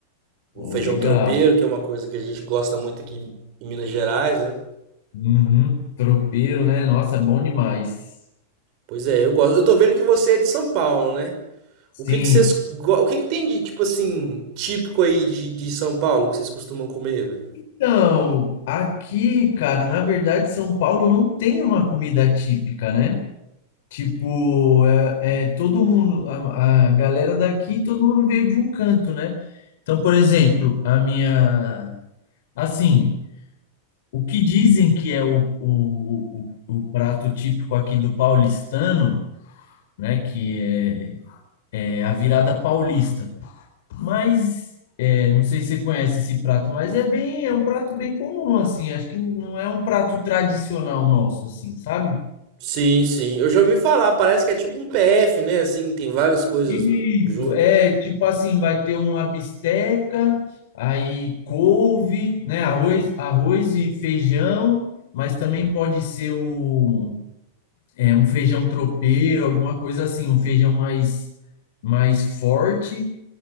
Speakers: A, on the left (about 65°); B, on the right (about 45°).
A: Pô,
B: um feijão
A: legal.
B: tropeiro, que é uma coisa que a gente gosta muito aqui em em Minas Gerais, né?
A: Uhum. Tropeiro, né? Nossa, é bom demais.
B: Pois é, eu gosto. Eu tô vendo que você é de São Paulo, né?
A: Sim.
B: O que que vocês, go- o que que tem de tipo assim, típico aí de, de São Paulo que vocês costumam comer, velho?
A: Então, aqui, cara, na verdade, São Paulo não tem uma comida típica, né? Tipo, é, é todo mundo, a, a galera daqui, todo mundo veio de um canto, né? Então, por exemplo, a minha, assim, o que dizem que é o, o, o, o prato típico aqui do paulistano, né? Que é é a virada paulista. Mas é, não sei se você conhece esse prato, mas é bem, é um prato bem comum, assim. Acho que não é um prato tradicional nosso, assim, sabe?
B: Sim, sim. Eu já ouvi falar, parece que é tipo um PF, né? Assim, tem várias coisas
A: Isso,
B: junto.
A: é tipo assim, vai ter uma bisteca, aí couve, né? Arroz, arroz e feijão, mas também pode ser o, é, um feijão tropeiro, alguma coisa assim, um feijão mais, mais forte.